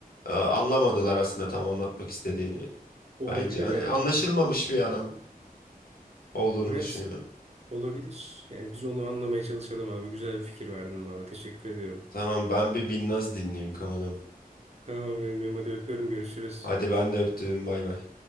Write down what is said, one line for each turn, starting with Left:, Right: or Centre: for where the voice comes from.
Left: e, anlamadılar aslında tam anlatmak istediğini.
Right: Olabilir
Left: Bence hani
Right: abi.
Left: anlaşılmamış bir adam olduğunu
Right: Evet,
Left: düşünüyorum.
Right: olabilir. Yani biz onu anlamaya çalışalım abi. Güzel bir fikir verdin bana. Teşekkür ediyorum.
Left: Tamam ben bir Binnaz dinleyeyim kanalım.
Right: Tamam, benim hadi öpüyorum. Görüşürüz.
Left: Hadi ben de öptüm bay bay.